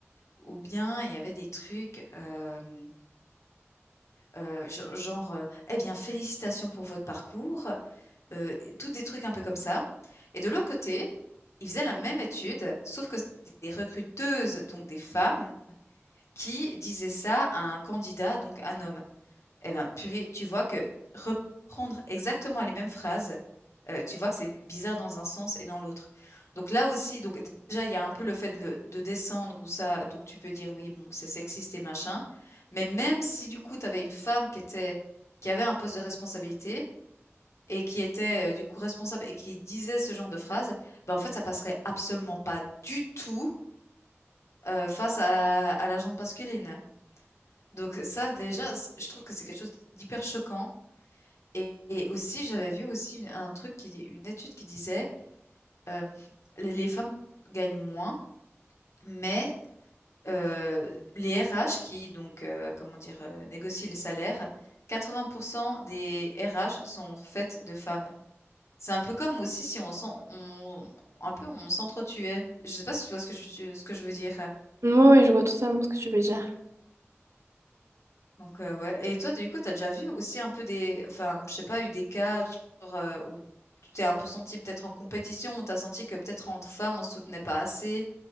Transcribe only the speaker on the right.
Moi, Ouais, ouais, je vois totalement ce que tu veux dire.